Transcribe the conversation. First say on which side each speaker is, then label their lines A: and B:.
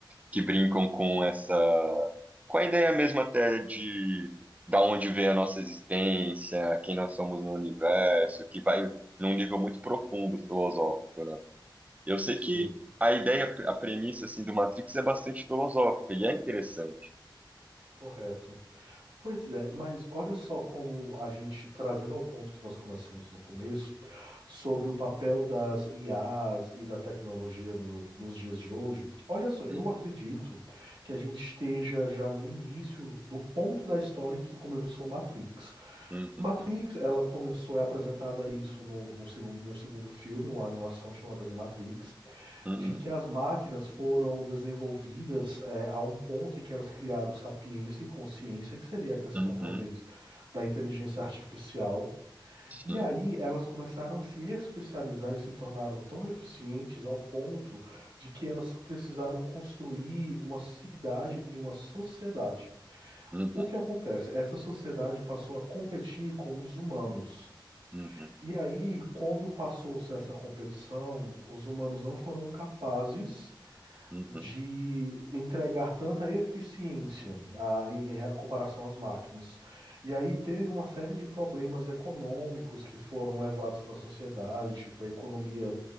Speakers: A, on the right; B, on the right.
A: que brincam com essa, com a ideia mesmo até de da onde vem a nossa existência, quem nós somos no universo, que vai num nível muito profundo filosófico, né? Eu sei
B: Sim,
A: que a ideia, a premissa assim do Matrix é bastante filosófica e é interessante.
B: correto. Pois é, mas olha só como a gente trazendo ao ponto que nós começamos no começo, sobre o papel das IAs e da tecnologia no- nos dias de hoje. Olha só, eu
A: Uhum,
B: acredito que a gente esteja já no início do ponto da história em que começou Matrix.
A: uhum,
B: Matrix, ela começou, é apresentada isso no, no, segun- no segundo filme, uma animação chamada de Matrix
A: uhum,
B: de que as máquinas foram desenvolvidas é, a um ponto em que elas criaram sapiência e consciência, que seria a questão,
A: uhum,
B: talvez, da inteligência artificial.
A: sim,
B: E aí elas começaram a se especializar e se tornaram tão eficientes ao ponto de que elas precisaram construir uma cidade e uma sociedade.
A: uhum,
B: O que acontece? Essa sociedade passou a competir com os humanos.
A: uhum,
B: E aí, quando passou-se essa competição, os humanos não foram capazes
A: uhum,
B: de entregar tanta eficiência a- em, em comparação às máquinas. E aí teve uma série de problemas econômicos que foram levados na sociedade, tipo, a economia